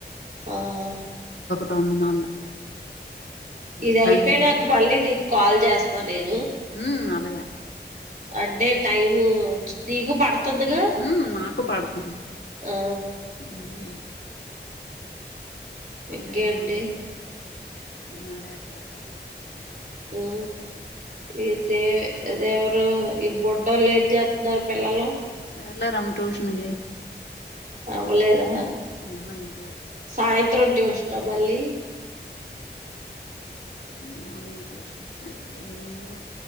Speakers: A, on the right; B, on the left.
A: ఆహా
B: పని మళ్ళా.
A: ఇది
B: సండే
A: అయిపోయినాక మళ్ళీ నీకు కాల్ చేస్తా నేను.
B: ఉ అలాగే
A: అంటే టైము నీకు పడ తదిగా
B: ఉమ్ నాకు పడుతుంది
A: ఆ
B: ఉమ్ అదే
A: ఇంకేంటి
B: నోజు మరేచ్చప్పకా
A: ఆ ఇదే అదేవరు? ఈ బొడ్డలు ఏం చేస్తున్నారు పిల్లలు?
B: ఎల్లారమ్ ట్యూషన్కి.
A: అవ్వలేదా.
B: ఆహా ఇంకలే
A: సాయంత్రం ట్యూషన్ దబల్లీ
B: morning tuition. Evening,